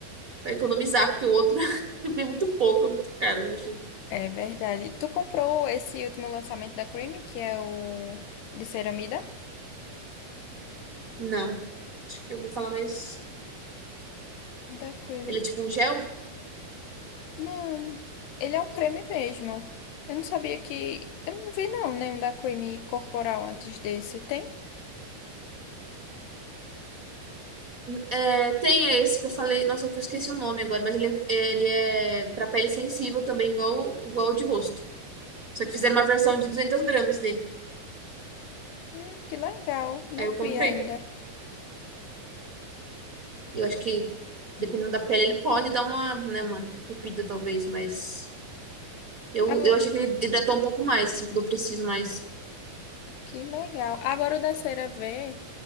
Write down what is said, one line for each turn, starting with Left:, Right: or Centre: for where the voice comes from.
Right: pra economizar, porque o outro <laughs> eu vi muito pouco, é muito caro, eu achei.
Left: é verdade. Tu comprou esse último lançamento da Creamy, que é o de ceramida?
Right: Não, acho que eu vou falar mais.
Left: Da Creamy.
Right: Ele é tipo um gel?
Left: Não, ele é um creme mesmo. Eu não sabia que. Eu não vi, não, nenhum da creme corporal antes desse. Tem?
Right: É, tem esse que eu falei, nossa, que eu esqueci o nome agora, mas ele é, ele é para pele sensível também, igual, igual o de rosto. Só que fizeram uma versão de 200 gramas dele.
Left: Hum, que legal. Não
Right: Aí eu comprei.
Left: vi ainda.
Right: Eu acho que, dependendo da pele, ele pode dar uma, né, uma entupida, talvez, mas eu,
Left: Agora,
Right: eu achei que ele hidratou um pouco mais, assim, quando eu preciso mais.
Left: que legal. Agora o da cera V.